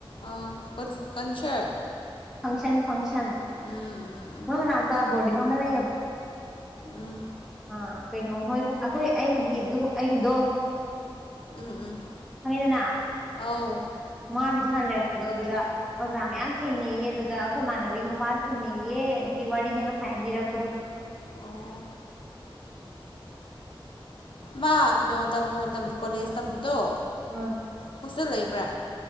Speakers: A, on the left; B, in the centre.
A: ꯑꯥ ꯀꯣꯟꯁ ꯀꯟꯁꯔꯠ
B: ꯐꯪꯁꯟ ꯐꯪꯁꯟ
A: ꯎꯝ
B: ꯃꯣꯏ ꯃꯅꯥꯛꯇ ꯕꯣꯔꯗꯤꯡ ꯑꯃ ꯂꯩꯌꯦꯕ
A: ꯎꯝ
B: ꯑꯥ ꯀꯩꯅꯣ ꯍꯣꯏꯕꯨꯛ ꯑꯩꯈꯣꯏ ꯑꯩꯒꯤꯗꯨ ꯑꯩꯒꯤꯗꯣ
A: ꯎꯝ ꯎꯝ
B: ꯈꯪꯉꯤꯗꯅ
A: ꯑꯧ
B: ꯃꯥꯒꯤꯗꯣ ꯍꯥꯟꯅ ꯂꯩꯔꯛꯄꯗꯣ ꯑꯗꯨꯗ ꯑꯣꯖꯥ ꯃꯌꯥꯝ ꯊꯦꯡꯅꯩꯌꯦ ꯑꯗꯨꯗ ꯑꯩꯈꯣꯏ ꯃꯥꯟꯅꯅꯕꯤꯒꯤ ꯃꯄꯥ ꯊꯦꯡꯅꯩꯌꯦ ꯑꯗꯨꯒꯤ ꯋꯥꯔꯤꯅꯤ ꯉꯁꯥꯏ ꯂꯤꯔꯛꯄꯗꯣ
A: ꯑꯣ ꯃꯥꯒꯤꯗꯣ ꯇꯝꯕ ꯃꯇꯝꯗ ꯀꯣꯂꯦꯖ ꯇꯝꯕꯗꯣ
B: ꯑꯪ
A: ꯍꯣꯁꯇꯦꯜ ꯂꯩꯕ꯭ꯔꯥ